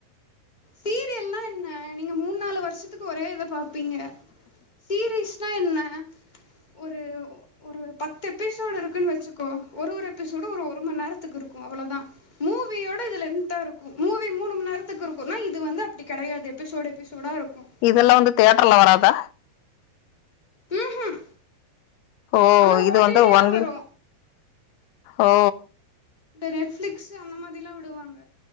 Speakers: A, on the left; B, on the left.
A: சீரியல்னா என்ன நீங்க மூணு நாலு வருஷத்துக்கு ஒரே இத பாப்பீங்க சீரீஸ்னா என்ன ஒரு ஒரு பத்து எபிசோடு இருக்குன்னு வச்சுக்கோ ஒரு ஒரு எபிசோடும் ஒரு ஒரு மண் நேரத்துக்கு இருக்கும் அவ்வளோதா மூவியோட இது லென்த்தா இருக்கும் மூவி மூணு மண் நேரத்துக்கு இருக் குனா இது வந்து அப்டி கெடையாது எபிசோட் எபிசோடா இருக்கும்
B: இதெல்லா வந்து தேயட்டர்ல வராதா
A: ம்ஹூம்
B: ஓ
A: ஆனா
B: இது
A: ஓ
B: வந்து
A: டி டி
B: ஒன்ல
A: ல வரு
B: ஓ
A: இந்த நெட்ஃபிளிக்ஸ் அந்த மாதில்லா விடுவாங்க